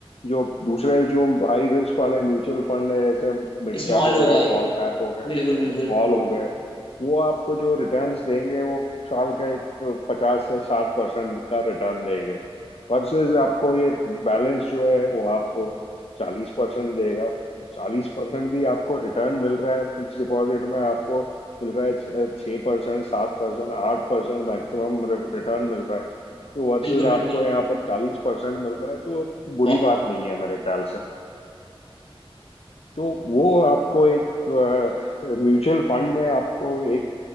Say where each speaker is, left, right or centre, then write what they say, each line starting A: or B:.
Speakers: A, on the left; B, on the left.
A: जो दूसरे जो हाई रिस्क वाले म्यूचुअल फंड है जैसे मिड
B: स्मॉल
A: कैप हो गया
B: हो गए
A: स्मॉल कैप हो गया
B: बिल्कुल बिल्कुल
A: स्मॉल हो गए वो आपको जो रिटर्न्स देंगे वो साल के पचास से साठ परसेंट का रिटर्न देंगे वर्सेस आपको ये बैलेंस जो है वो आपको चालीस परसेंट देगा तो चालीस परसेंट भी आपको रिटर्न मिल रहा है फिक्स डिपॉजिट में आपको मिल रहा है छः परसेंट सात परसेंट आठ परसेंट मैक्सिमम रिटर्न मिल रहा है तो वर्सेस
B: बिल्कुल बिल्कुल
A: आपको यहाँ पर चालीस परसेंट मिल रहा है तो बुरी
B: बहुत
A: बात नहीं है मेरे ख्याल से तो वो आपको एक म्यूचुअल फंड में आपको एक